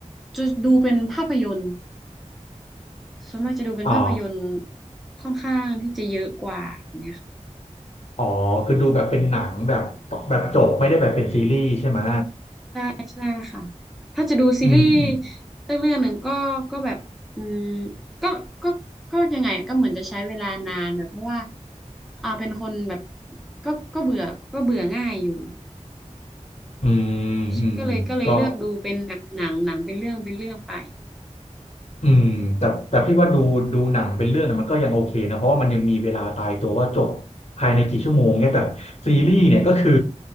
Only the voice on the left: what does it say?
อ๋อ
อ๋อคือดูแบบเป็นหนังแบบแบบจบไม่ได้แบบเป็นซีรีส์ใช่ไหม
อืมอืม
อืมอืมอืมก็
อืมแต่แต่พี่ว่าดูดูหนังเป็นเรื่องเนี่ยมันก็ยังโอเคนะ เพราะว่ามันยังมีเวลาตายตัวว่าจบภายในกี่ชั่วโมงเนี่ยแต่ซีรีส์เนี่ยก็คือ